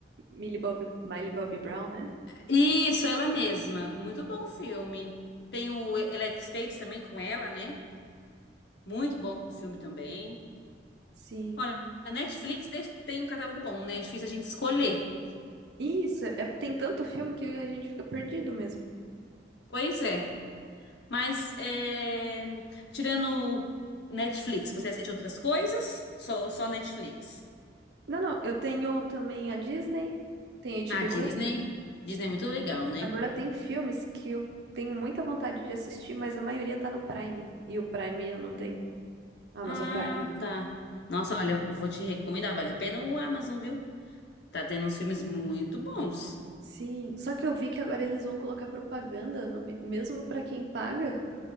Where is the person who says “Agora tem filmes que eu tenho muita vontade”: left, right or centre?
Right